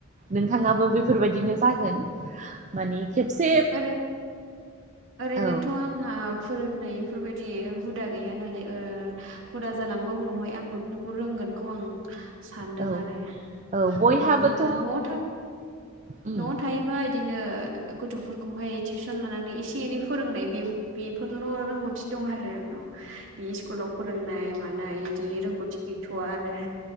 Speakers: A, on the right (about 35°); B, on the right (about 65°).
A: नोंथाङाबो बेफोरबायदिनो जागोन माने खेबसे।
B: ओरै ओरैनोथ'
A: औ
B: आंहा फोरोंनायफोरबायदि हुदा गैया नालाय ओ हुदा जालांबा उनावहाय आंबो खौ रोंगोनखौ आं सानदों
A: औ
B: आरो ओरैनो
A: औ बयहाबोथ'
B: न'आव थां
A: उम
B: न'आव थायोबा इदिनो गथ'फोरखौहाय टिउसन लानानै एसे एनै फोरोंनाय बे बेफोरल' रोंगौथि दं आरो आंनाव। बिदि स्कुलाव फोरोंनाय मानाय बिदि रोंगौथि गैथ'वा आरो।